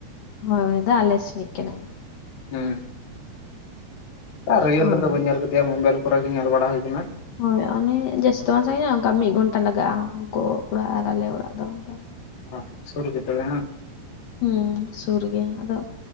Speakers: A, on the left; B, on the left.
A: ᱦᱳᱭ ᱩᱱᱤ ᱫᱚ ᱟᱞᱮᱥᱤᱱᱤᱡ ᱠᱟᱱᱟᱭ᱾
B: ᱦᱩᱸ ᱟ ᱨᱤᱭᱮᱞ
A: ᱦᱳᱭ
B: ᱨᱮᱫᱚ ᱵᱟᱹᱧ ᱧᱮᱞ ᱠᱟᱫᱮᱭᱟ ᱢᱳᱵᱟᱭᱤᱞ ᱠᱚᱨᱮ ᱜᱮ ᱧᱮᱞ ᱵᱟᱲᱟ ᱦᱩᱭ ᱠᱟᱱᱟ᱾
A: ᱦᱳᱭ ᱚᱱᱮ ᱡᱟᱹᱥᱛᱤ ᱫᱚ ᱵᱟᱝ ᱥᱟᱺᱜᱤᱧᱟ ᱚᱱᱠᱟ ᱢᱤᱫ ᱜᱷᱚᱱᱴᱟ ᱞᱟᱜᱟᱜ-ᱟ ᱩᱱᱠᱩ ᱚᱲᱟᱜ ᱟᱨ ᱟᱞᱮ ᱚᱲᱟᱜ ᱫᱚ ᱚᱱᱠᱟ᱾
B: ᱚ ᱥᱩᱨ ᱜᱮ ᱛᱚᱵᱮ ᱦᱟᱝ?
A: ᱦᱩᱸ, ᱥᱩᱨ ᱜᱮᱭᱟ ᱟᱫᱚ,